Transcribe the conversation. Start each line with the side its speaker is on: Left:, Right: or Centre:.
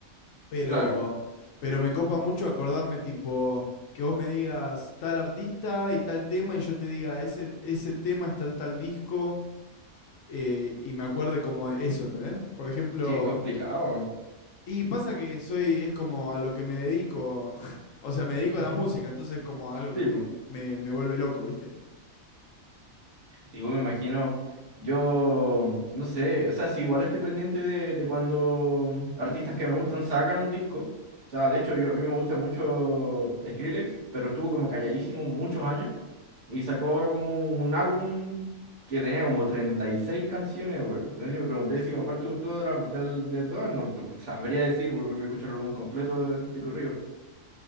Left: pero,
Right: claro.
Left: pero me copa mucho acordarme, tipo, que vos me digas tal artista y tal tema y yo te diga ese, ese tema está en tal disco eh, y me acuerde como eso, ¿entendés? Por ejemplo,
Right: Sí, es complicado.
Left: y pasa que soy, es como a lo que me dedico, <laughs> o sea, me dedico
Right: <laughs>
Left: a la música, entonces es como algo
Right: tipo
Left: que me, me, me vuelve loco, ¿viste?
Right: Sí, pues me imagino, yo no sé, o sea, si igual estoy pendiente de, de cuando artistas que me gustan sacan un disco. O sea, de hecho, yo a mí me gusta mucho Skrillex, pero estuvo como calladísimo muchos años y sacó ahora como un, un álbum que tenía como 36 canciones, güey. Entonces, si me pregunté si como cuál te gustó de, la- del- de todas, no te- pues, sabría decir, güey, porque me escuché el álbum completo de, de corrido.